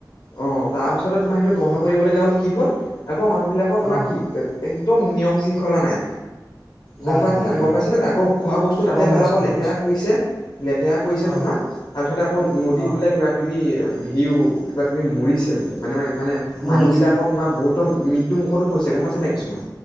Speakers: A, on the left (about 60°); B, in the centre.
A: অ তাৰপিছতে তোমাৰ সেইটো বন্ধ
B: অ
A: কৰিব লগা হ'ল কি হল আকৌ মানুহ বিলাকৰ তোমাৰ
B: অ
A: কি একদম নিয়ম চী শঙা নাই
B: নাই
A: গম পাইছানাই
B: নাই নাই
A: গম পাইছোনে আকৌ খোৱা বস্তু তাতে
B: গম
A: পেলাব
B: পাইছো গম
A: লেতেৰা
B: পাইছো
A: কৰিছে লেতেৰা কৰিছে
B: অ
A: তোমাৰ তাৰপিছত আকৌ নদীত
B: অ
A: বুলে কিবা কিবি বোলে কিবা কিবি ওম সিও কিবা কিবি মৰিছে বোলে মানে মে মানে
B: মৰিছে
A: মানুহবিলাকৰ তোমাৰ বহুত মৃত্যু মুখতো পইছে গম পাইছে নে কিছুমান